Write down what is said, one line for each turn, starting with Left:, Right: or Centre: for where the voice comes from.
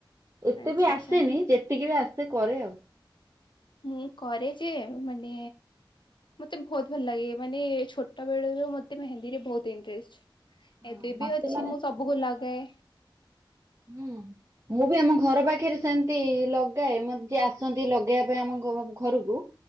Right: ଏତେ
Left: ଆଚ୍ଛା
Right: ବି ଆସେନି।
Left: ଆଚ୍ଛା।
Right: ଯେ ଟିକେ ବି ଆସେ କରେ ଆଉ।
Left: ମୁଁ କରେ ଯେ ମାନେ ମତେ ବହୁତ ଭଲ ଲାଗେ ମାନେ ଛୋଟ ବେଳରୁ ମତେ ମେହେନ୍ଦୀରେ ବହୁତ ଇଣ୍ଟରେଷ୍ଟ୍।
Right: ହଁ
Left: ଏବେ ବି
Right: ମତେ
Left: ଅଛି
Right: ମାନେ
Left: ମୁଁ ସବୁକୁ ଲଗାଏ।
Right: ହୁଁ ମୁଁ ବି ଆମ ଘର ପାଖରେ ସେମିତି ଲଗାଏ। ମତେ ଯିଏ ଆସନ୍ତି ଲଗେଇବା ପାଇଁ ଆମ ଘରକୁ।